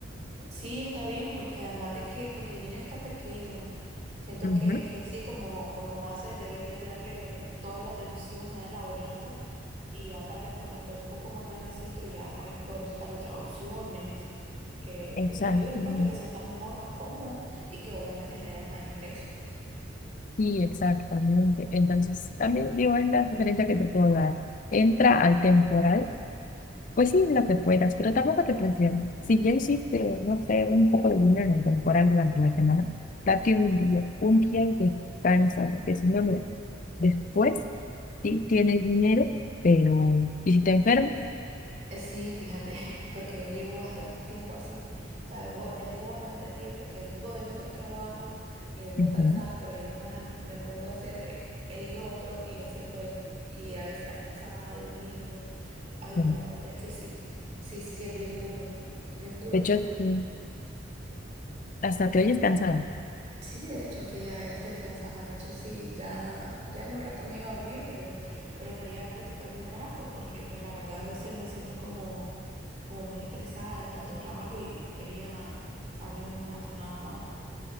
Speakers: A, on the right; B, on the left.
A: Sí, está bien, porque además de que pues el niño está pequeño, siento
B: Ujú,
A: que, que sí, como, como hace, deberías de darle toda la atención a él ahorita y ya tal vez cuando esté un poco más grandecito ya pues puedes buscar otras opciones que,
B: Exacto,
A: que te ayuden, pues
B: ¿no?
A: que te sientas mejor, más cómoda y que obviamente generes más ingresos.
B: sí, exactamente. Entonces también digo, es la sugerencia que te puedo dar, entra al temporal Pues sí, lo que puedas, pero tampoco te presiones. Si ya hiciste, no sé, un poco de dinero temporal durante la semana, date un día, un día y descansa, porque si no, mira, después sí tienes dinero, pero ¿y si te enfermas?
A: Eh, Sí, fíjate, <laughs> porque ya llevo bastante tiempo así, o sea, vengo, ya llevo bastante tiempo que vengo del otro trabajo y vengo
B: Ujú,
A: cansada, pero ahí nomás m- me pongo a hacer eh, el otro y así estoy, y a veces hasta sábado y domingo, ay
B: sí.
A: no, la verdad es que sí, sí, sí, sí, es bien duro, es bien duro,
B: De hecho,
A: pero...
B: sí, hasta te oyes cansada.
A: Sí, de hecho, es que ya estoy cansada. De hecho, sí, ya, ya en un rato me iba a dormir, pero, pero quería platicar un rato porque, pues, la verdad, a veces me siento como, como muy estresada de tanto trabajo y quería hablar un rato nada más.